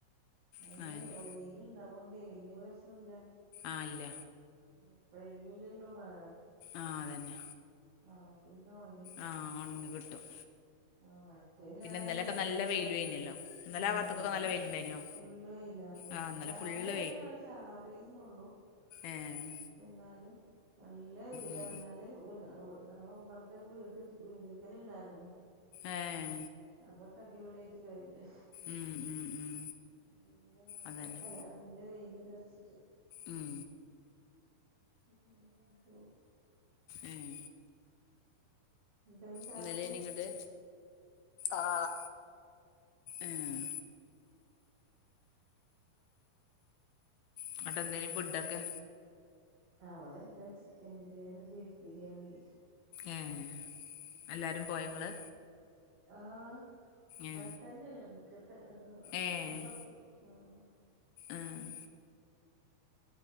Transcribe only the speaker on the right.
അതിന്
വെയില് ഇണ്ടാവോണ്ടേ വെല്യ പ്രശ്നല്ല.
ഏഹ്, എപ്പഴെങ്കിലു ഇല്ലല്ലോ മഴ.
അതോണ്ട് പിന്നെ ഒണങ്ങി.
<unintelligible> മറ്റെ പിന്നെ ഞാനരു
മെഷീൻട്ട
ആഹ്
എന്നാല്
ഫ് ഫുള്ള് വെയിലാ. <unintelligible>
രാവിലെ
ഒരു മഴ ചാറിന്നൊള്ളൂ.
പക്ഷെ ഇന്നാലും നല്ല വെയിലാണ്
നല്ലൊരു <unintelligible> ഞങ്ങളെ ഉമ്മറത്തെ ഒരു വീട് വീടിരിക്കല് ഇണ്ടായിര്ന്നു.
അതൊക്കെ അടിപൊളി ആയിറ്റ് കഴിഞ്ഞു.
പിന്നെ വേറെ
അല്ല നല്ല വെയില്ണ്ട അർച്ചിട്ട്.
<unintelligible>
നിങ്ങക്കെന്താ ചായക്ക്
അവിടെ എന്താ ചിക്കൻ ബിരിയാണി, ബീഫ് ബിരിയാണി.
ആഹ്, ഇമ്മരത്തന്നെ
മുറ്റത്ത് ഒര് അപ്പൊർത്ത്,
അപ്പൊർത്ത്. ആഹ്